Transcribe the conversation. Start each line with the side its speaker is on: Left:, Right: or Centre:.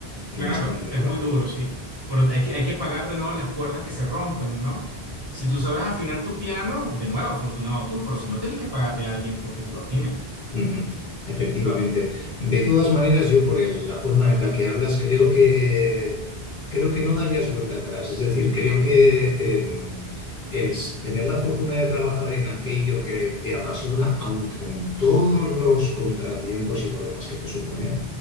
Left: en
Right: claro,
Left: este ámbito,
Right: es muy
Left: pero
Right: duro, sí. Pero hay que, hay que pagar de nuevo las cuerdas que se rompen, ¿no? Si tú sabes afinar tu piano, de nuevo, afortunado tú, pero si no tienes que pagarle a alguien porque te lo afine.
Left: Ujú, Efectivamente. De todas maneras, yo por el- la forma en la que hablas, creo que, creo que no darías vuelta atrás. Es decir, creo que em, el s- tener la fortuna de trabajar en aquello que te apasiona, aunque con todos los contratiempos y problemas que te supone,